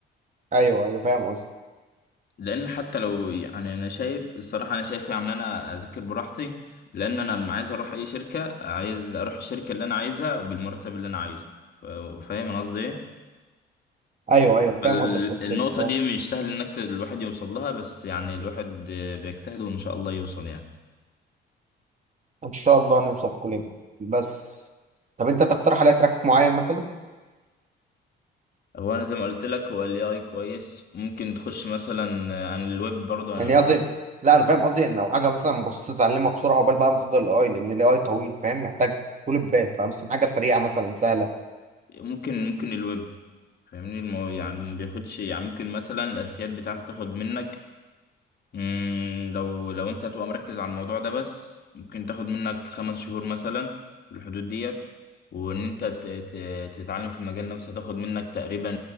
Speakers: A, on the right; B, on the left.
A: ايوه ايوه فاهم قصدك
B: لان حتى لو يعني انا شايف الصراحه انا شايف يعني ان انا اذاكر براحتي لان انا لما عايز اروح اي شركه عايز اروح الشركه اللي انا عايزها وبالمرتب اللي انا عايزه ف- فاهم انا قصدي ايه
A: ايوه ايوه
B: فال-
A: فاهم قصدك بس
B: النقطه
A: بصراحه
B: دي مش سهل انك ت- الواحد يوصل لها بس يعني الواحد آه، بيجتهد وان شاء الله يوصل يعني
A: ان شاء الله نوصل كلنا بس طب انت تقترح عليا تراك معين مثلا
B: هو انا زي ما قلت لك هو الاي اي كويس ممكن تخش مثلا آه، عن الويب برضه انا
A: يعني قصدي لا انا فاهم قصدي يعني لو حاجه مثلا بسيطه تتعلمها بسرعه قبل بقى ما تفضل الاي لان الاي طويل فاهم محتاج طول البال فمثلا حاجه سريعه مثلا سهله
B: ممكن ممكن الويب فاهمني المو... يعني ما بياخدش يعني ممكن مثلا الاساسيات بتاعته تاخد منك مم، لو لو انت هتبقى مركز على الموضوع ده بس ممكن تاخد منك خمس شهور مثلا في الحدود ديت وان انت ت- ت- تتعلم في المجال نفسه هتاخد منك تقريبا